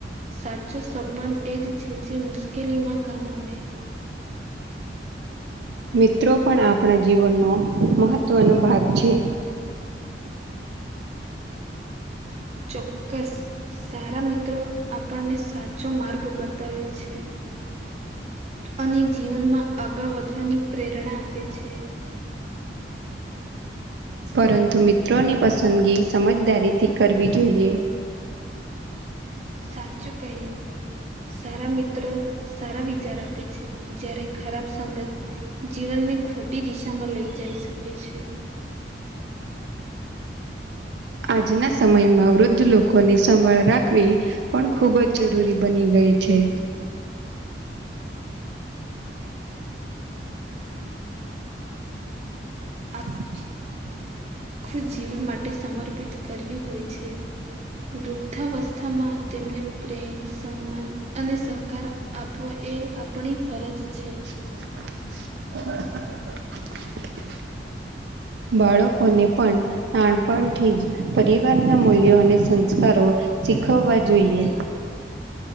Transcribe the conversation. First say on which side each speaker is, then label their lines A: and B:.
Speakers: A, on the right (about 40°); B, on the right (about 75°).
A: સાચો સંબંધ એજ છે જે મુશ્કેલીમાં કામ આવે
B: મિત્રો પણ આપણા જીવનનો મહત્વનો ભાગ છે
A: ચોક્કસ સારા મિત્રો આપણને સાચો માર્ગ બતાવે છે. અને જીવનમાં આગળ વધવાની પ્રેરણા આપે છે.
B: પરંતુ મિત્રોની પસંદગી સમજદારીથી કરવી જોઈએ.
A: સાચું કહ્યું. સારા મિત્રો સારા વિચાર આપે છે જયારે ખરાબ સંગત જીવનની ખોટી દિશામાં લઈ જઈ શકે છે,
B: આજના સમયમાં વૃદ્ધ લોકોની સંભાળ રાખવી. પણ ખુબ જ જરૂરી બની ગઈ છે.
A: આગ,
B: <unintelligible> <inaudible>
A: આખું જીવન માટે સમર્પિત કર્યું હોય છે, વૃદ્ધાવસ્થામાં. તેમને પ્રેમ સન્માન અને સહકાર આપવા એ, આપણી ફરજ છે.
B: <unintelligible> <inaudible> બાળકોને પણ, નાનપણથી જ પરિવારના મૂલ્યો અને સંસ્કારો શીખવવા જોઈએ,